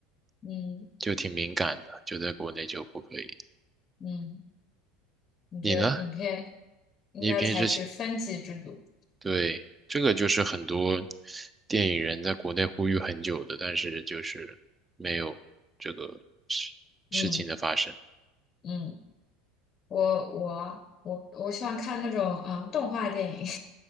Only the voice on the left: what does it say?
嗯
嗯，你觉得影片
应该采取分级制度？
嗯嗯，我我我我喜欢看那种嗯动画电影，